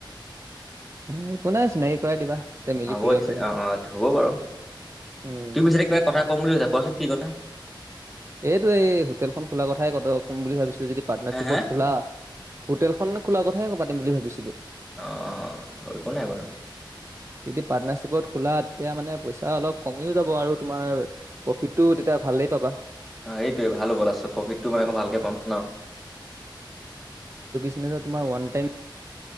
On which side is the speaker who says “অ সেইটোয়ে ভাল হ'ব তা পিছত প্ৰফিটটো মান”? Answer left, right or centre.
Centre